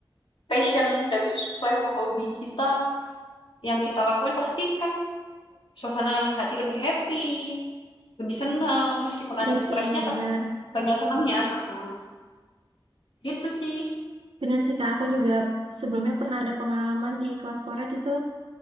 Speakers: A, on the left; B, on the right.
A: passion dan sesuai hobi kita yang kita lakuin pasti kan suasana hati lebih happy, lebih senang meskipun
B: iya
A: ada stresnya
B: sih benar.
A: tapi banyak senangnya. Heeh. Gitu sih.
B: Benar sih Kak, aku juga sebelumnya pernah ada pengalaman di corporate itu